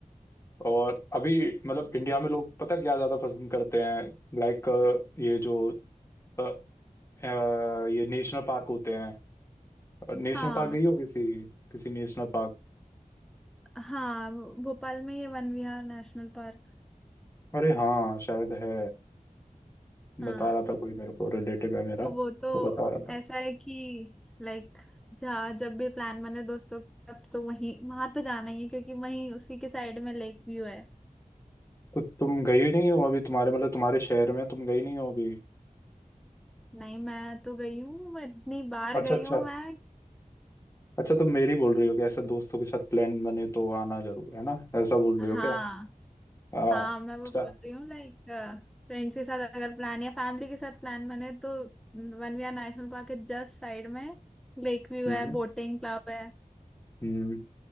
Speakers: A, on the left; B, in the centre.
A: और अभी मतलब इंडिया में लोग पता क्या ज़्यादा पसंद करते हैं लाइक ये जो अ, अ, ये नेशनल पार्क होते हैं नेशनल
B: हाँ
A: पार्क गई हो किसी किसी नेशनल पार्क
B: हाँ भो- भोपाल में ये वन विहार नेशनल पार्क
A: अरे हाँ शायद है
B: हाँ
A: बता रहा था कोई मेरे को रिलेटिव है मेरा
B: तो वो तो
A: वो बता रहा था
B: ऐसा है कि लाइक जहाँ जब भी प्लान बने दोस्तों का तब तो वहीं वहां तो जाना ही है क्योंकि वहीं उसी के साइड में लेक व्यू है
A: तो तुम गई नहीं हो अभी तुम्हारे मतलब तुम्हारे शहर में तुम गई नहीं हो अभी
B: नहीं मैं तो गई हूँ मैं इतनी बार
A: अच्छा
B: गई
A: अच्छा
B: हूँ मैं
A: अच्छा तुम मेरी बोल रही हो कि ऐसा दोस्तों के साथ प्लान बने तो आना जरूर है ना ऐसा बोल रही
B: हाँ
A: हो क्या हाँ
B: हाँ मैं वो
A: अच्छा
B: बोल रही हूँ लाइक फ्रेंड्स के साथ अगर प्लान या फैमिली के साथ प्लान बने तो वनविहार नेशनल पार्क के जस्ट साइड में लेक व्यू
A: हम्म
B: है बोटिंग क्लब है
A: हम्म